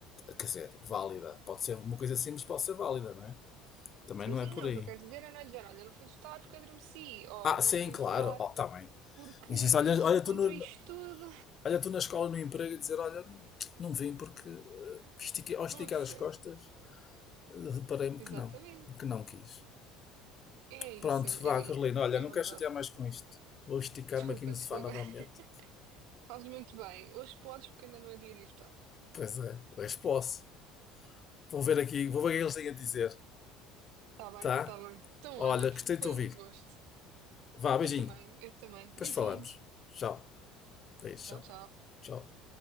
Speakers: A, on the left; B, on the right.
A: quer dizer, válida. Pode ser uma coisa simples, pode ser válida, não é? Também
B: Sim,
A: não
B: sim,
A: é por
B: não,
A: aí.
B: o que eu quero dizer é não é dizer, olha, não fui votar porque adormeci, ou
A: Ah,
B: não
A: sim,
B: fui
A: claro.
B: votar
A: Oh, tá bem.
B: porque
A: Insiste, olha,
B: sou
A: olha,
B: contra
A: tu no-
B: isto tudo.
A: olha tu na escola, no emprego, e dizer: Olha, não, não vim porque eh, estiquei- ao esticar
B: Não aconteceu.
A: as costas eh, reparei-me
B: Exatamente.
A: que não, que não quis.
B: É isso,
A: Pronto,
B: é,
A: vá, Carolina,
B: é
A: olha,
B: é
A: não
B: verdade.
A: quero chatear mais com isto. Vou esticar-me
B: Desculpa,
A: aqui no sofá
B: desculpa.
A: novamente.
B: <laughs> Fazes muito bem. Hoje podes porque ainda não é dia de ir votar.
A: Pois é, hoje posso. Vou ver aqui, vou ver o que eles têm a dizer,
B: Tá bem,
A: tá?
B: tá bem. Então,
A: Olha,
B: olha,
A: gostei
B: foi
A: de te ouvir.
B: um gosto.
A: Vá, beijinho.
B: Eu também, eu também. Beijinhos.
A: Depois falamos. Tchau. Beijo,
B: Tchau,
A: tchau.
B: tchau.
A: Tchau.